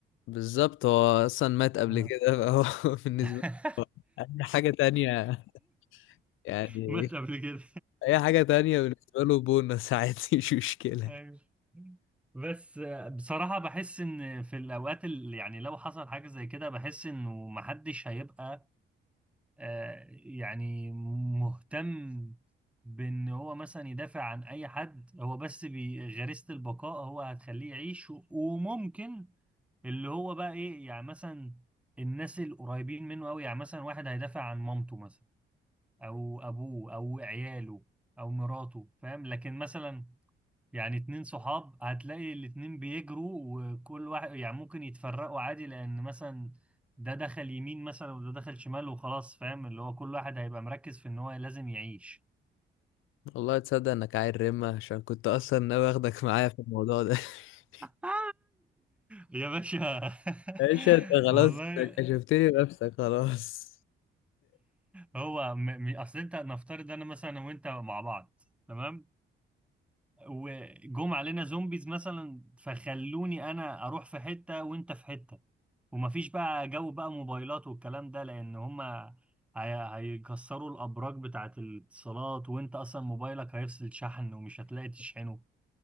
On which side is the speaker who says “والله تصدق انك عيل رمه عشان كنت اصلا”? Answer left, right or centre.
Left